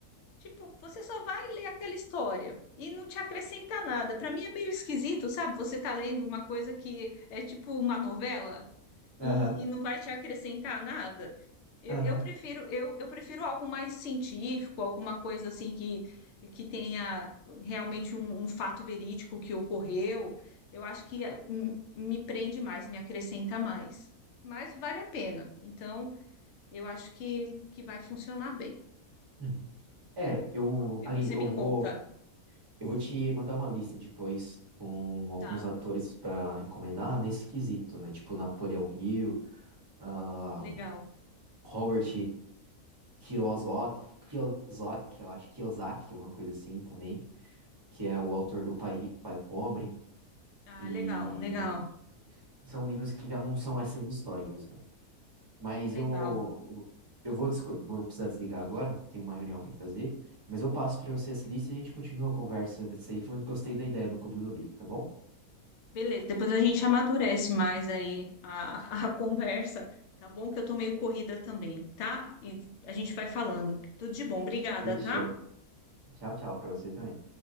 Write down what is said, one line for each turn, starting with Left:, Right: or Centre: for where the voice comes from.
Left: Tipo, você só vai ler aquela história e não te acrescenta nada. Para mim é meio esquisito, sabe? Você tá lendo uma coisa que é tipo uma novela e,
Right: Aham,
Left: e não vai te acrescentar nada. Eu,
Right: aham.
Left: eu prefiro eu, eu prefiro algo mais científico, alguma coisa assim que, que tenha realmente um, um fato verídico que ocorreu. Eu acho que eh, m- me prende mais, me acrescenta mais. Mas vale a pena. Então, eu acho que, que vai funcionar bem.
Right: Uhum. É, eu,
Left: Depois
Right: Aline,
Left: você
Right: eu
Left: me
Right: vou,
Left: conta.
Right: eu vou te mandar uma lista depois com alguns
Left: Tá.
Right: atores pra recomendar nesse quesito, né? Tipo Napoleão Hill, ah,
Left: Legal.
Right: Robert Kiyosaki, Kiyosaki, eu acho Kiyosaki, alguma coisa assim também, que é o autor do Pai Rico, Pai Pobre,
Left: Ah,
Right: e
Left: legal, legal,
Right: são livros que já não são essas histórias, né? Mas
Left: legal.
Right: eu, eu, eu vou, desco- vou precisar desligar agora, tenho uma reunião para fazer, mas eu passo para você essa lista e a gente continua a conversa desse aí, que eu gostei da ideia do Clube do Livro, tá bom?
Left: Beleza, depois a gente amadurece mais aí a, a <laughs> conversa, tá bom? Que eu tô meio corrida também, tá? E a gente vai falando. Tudo de bom, obrigada,
Right: Fechou.
Left: tá?
Right: Tchau, tchau para você também.